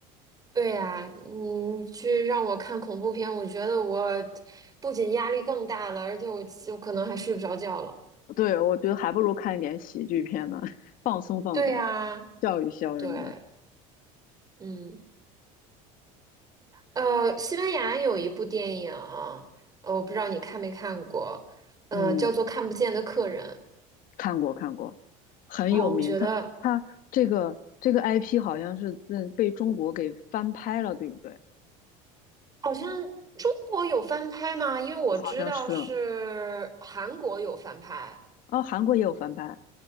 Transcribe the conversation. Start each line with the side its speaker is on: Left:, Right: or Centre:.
Right: 对呀，你去让我看恐怖片，我觉得我不仅压力更大了，而且我我可能还睡不着觉了。
Left: 对，我觉得还不如看一点喜剧片呢，<laughs> 放松放松，
Right: 对呀，
Left: 笑一笑什么的。
Right: 对，嗯。呃，西班牙有一部电影，呃，我不知道你看没看过，嗯、
Left: 嗯。
Right: 叫做《看不见的客人》
Left: 看过看过，很有名。
Right: 哦，我觉得
Left: 它它这个这个 IP 好像是嗯被中国给翻拍了，对不对？
Right: 好像中国有翻拍吗？因为我知道是韩国有翻拍，
Left: 好像是。哦，韩国也有翻拍，